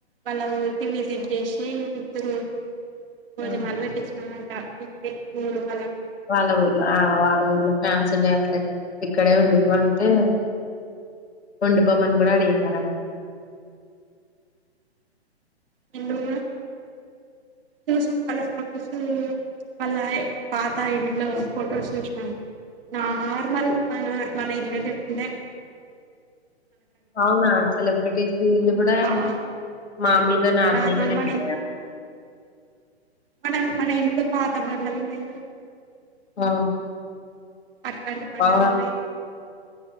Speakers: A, on the right; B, on the left.
A: వాళ్ళ ఊరికి విజిట్ చేసి ఇద్దరు బోజనాలు
B: ఆ!
A: వేటిచ్చినరా <unintelligible> ఊరు వాళ
B: వాళ్ళ ఊర్లు ఆ వాళ ఊర్లు ఫ్యాన్స్ ఉన్నాయి అట్లే ఇక్కడే ఉండు ఇవంటే ఉండి పోమ్మని కూడా అడిగినారన్ ట
A: నిన్ను కూడా చూసాం వాళ్ళ ఫొటోస్ వాళ్ళ పాత ఇంట్లో ఫొటోస్ చూసినాం నార్మల్ మన మన ఇల్లు లెక్కనే
B: అవునా సెలబ్రిటీస్ ఇళ్ళు కూడా
A: పాత
B: మామూలుగా నార్మల్గానే
A: నార్మల్ మన
B: ఉండయ
A: మనం మన ఇంట్లో పాత <unintelligible> చూడు
B: ఆ
A: అట్లాంటి బండలు
B: ఆ
A: ఉన్నాయి